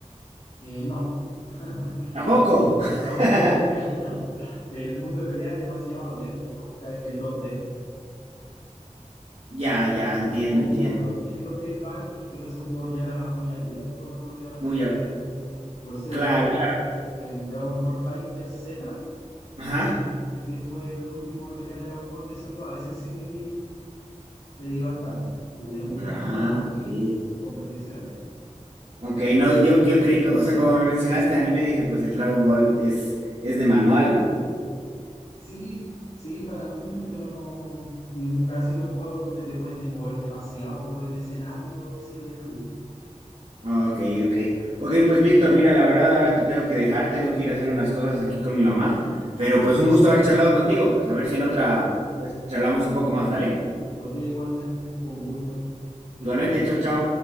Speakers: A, on the left; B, on the right.
A: Eh, no, <laughs>
B: Tampoco. <laughs>
A: no, no, el, <laughs> el mundo de pelea es demasiado abierto, a mí me gusta en dos d
B: Ya, ya, entiendo,
A: como
B: entiendo.
A: los típicos Street Fighter, pero ese juego ya era muy abierto en lo que respecta
B: Muy, a-
A: a pelea, por ser
B: claro,
A: el Dragon,
B: claro.
A: el Dragon Ball Fighter Z
B: Ajá.
A: eh, que fue el último de pelea de Dragon Ball que salió. A ese sí le di, le di bastante. Jugué mucho
B: Ah,
A: online
B: sí.
A: y en competiciones.
B: Ok, no, yo, yo creí que, o sea, como me mencionaste anime, dije, pues el Dragon Ball es, es de manual, ¿no?
A: Sí, sí, para muchos, pero no, no- casi los juegos donde te puedes de- mover demasiado por el escenario han sido de mi gusto.
B: Ah, Ok, ok. Ok, pues Víctor, mira, la verdad ahora te tengo que dejar, tengo que ir a hacer unas cosas aquí con mi mamá, pero pues un gusto haber charlado contigo, pues a ver si en otra,
A: Ok,
B: pues charlamos un poco más, ¿dale?
A: ok, igualmente, fue un gusto que
B: Igualmente,
A: estés bien.
B: chao, chao.